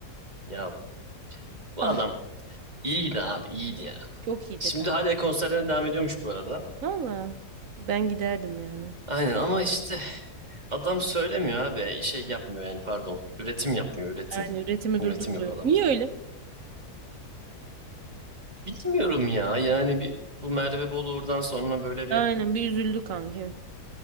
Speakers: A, on the right; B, on the right.
A: Ya bu
B: Ah
A: adam iyiydi abi iyiydi ya.
B: çok iyiydi
A: Şimdi
B: kanka.
A: hala konserlerine devam ediyormuş bu arada.
B: Valla ben giderdim yani.
A: Aynen ama işte adam söylemiyor abi. Şey yapmıyor yani pardon. Üretim yapmıyor üretim.
B: Yani üretimi
A: Üretim
B: durdurdu.
A: yok adamda.
B: Niye öyle?
A: Bilmiyorum ya yani bir bu Merve Boluğur'dan sonra böyle
B: Aynen
A: bir
B: bir üzüldü kanka.